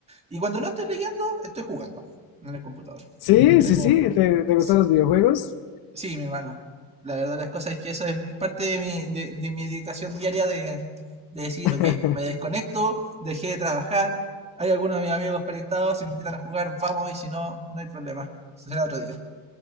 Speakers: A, on the right; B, on the left.
A: Y cuando no estoy leyendo, estoy jugando en el computador.
B: sí,
A: Tengo
B: sí, sí, ¿te, te gustan
A: sí,
B: los videojuegos?
A: Sí, mi hermano. La verdad, las cosas es que eso es parte de mi, de, de mi dedicación diaria de, de decir,
B: <laughs>
A: ok, me desconecto, dejé de trabajar, hay algunos de mis amigos conectados, si me invitan a jugar, vamos y si no, no hay problema, será otro día.